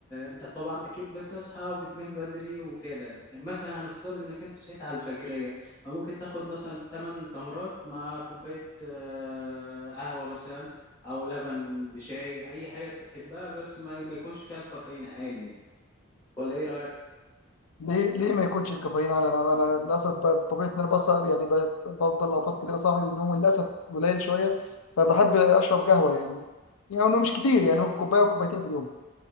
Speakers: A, on the left (about 15°); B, on the left (about 85°).
A: انت طبعا اكيد بتصحى وبتنام بدري وكده يعني مثلا هنفترض انك انت صحيت على الفجريه فممكن تاخد مثلا 8 تمرات مع كوبايه آه، قهوه مثلا او لبن بشاي اي حاجه انت تحبها بس ما ما يكونش فيها الكافيين عالي يعني. ولا ايه رايك
B: ليه ليه ما يكونش الكافيين على انا انا للاسف ب- بطبيعه ان انا بصعب يعني ب- بفضل اوقات كتير صاحي ونومي للاسف قليل شويه فبحب اشرب قهوه يعني يعني إنه مش كتير يعني ممكن كوبايه او كوبايتين في اليوم